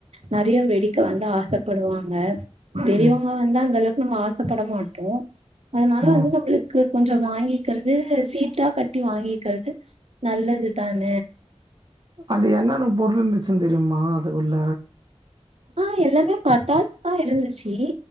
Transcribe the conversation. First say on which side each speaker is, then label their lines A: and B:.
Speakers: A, on the right; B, on the right.
A: நறையா வெடிக்க வந்து ஆசப்படுவாங்க பெரியவங்க
B: ம்
A: வந்து அந்த அளவுக்கு நம்ம ஆசப்பட மாட்டோ அதனால
B: ம்
A: வந்து நம்மளுக் கு கொஞ்சோ வாங்கிக்கறது சீட்டா கட்டி வாங்கிக்கறது நல்லதுதான
B: அது என்னன பொருள் இருந்துச்சுனு தெரியுமா அது உள்ள
A: ஆ எல்லாமே பட்டாசு தா இருந்துச்சு